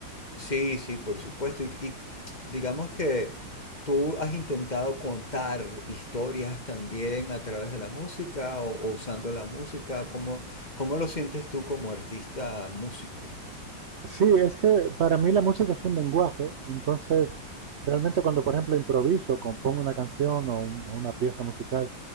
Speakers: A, on the left; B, on the right.
A: Sí, sí, por supuesto. Y, y digamos que tú has intentado contar historias también a través de la música o, o usando la música. ¿Cómo, cómo lo sientes tú como artista músico?
B: Sí, es que para mí la música es un lenguaje, entonces realmente cuando por ejemplo improviso, compongo una canción o, un- o una pieza musical,